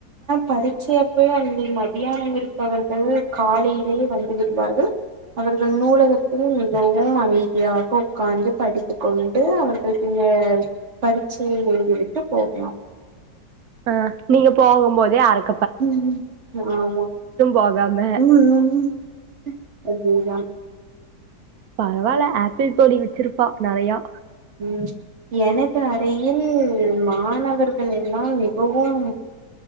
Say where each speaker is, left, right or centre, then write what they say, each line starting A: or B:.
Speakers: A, on the right; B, on the right.
A: பரீட்சை யப்போ அந்த மத்தியானம் இருப்பவர்கள் காலையிலேயே வந்து விடுவார்கள் அவர்கள் நூலக மிகவும் அமைதியாக உட்கார்ந்து படித்து கொண்டு அவர்கள் பின்னர் பரீட்சையை எழுதிவிட்டு போகலாம்
B: ஆஹ் நீங்க போகும் போதே அக்க
A: ம் ஆமா
B: போகாம
A: உ <unintelligible> அதேதான்
B: பரவால்ல ஆப்பிள் தோழி வச்சிருப்பா நெறையா
A: உம் எனது அறையில் மாணவர்கள் எல்லாம் மிகவும்